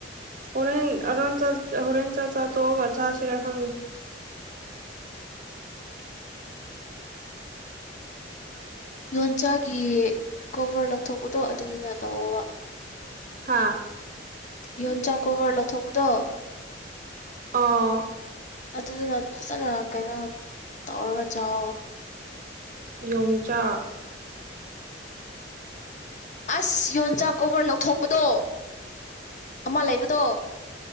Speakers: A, on the right (about 45°); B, on the left (about 40°).
A: ꯄꯔꯍꯦꯟ ꯑꯔꯨꯅꯥꯆꯜ ꯍꯣꯔꯦꯟ ꯆ ꯆꯥ ꯇꯒ ꯆꯥ ꯁꯤꯔꯀꯪꯒꯦ
B: ꯌꯣꯟꯆꯥꯛꯒꯤ ꯀꯣꯕꯔ ꯂꯧꯊꯣꯛꯄꯗꯣ ꯑꯗꯨꯗꯨꯅ ꯇꯧꯑꯣꯕ
A: ꯍꯥꯥ
B: ꯌꯣꯟꯆꯥꯛꯀꯣꯕꯔ ꯂꯧꯊꯣꯛꯄꯗꯣ
A: ꯑ
B: ꯑꯗꯨꯗꯨꯅ ꯐꯖꯅ ꯀꯩꯅꯣ ꯇꯧꯔꯒ ꯆꯥꯛꯑꯣꯣ
A: ꯌꯣꯡꯆꯥꯛ
B: ꯑꯁ ꯌꯣꯟꯆꯥꯛ ꯀꯧꯕꯕꯔ ꯂꯧꯊꯣꯛꯄꯗꯣ ꯑꯃ ꯂꯩꯕꯗꯣ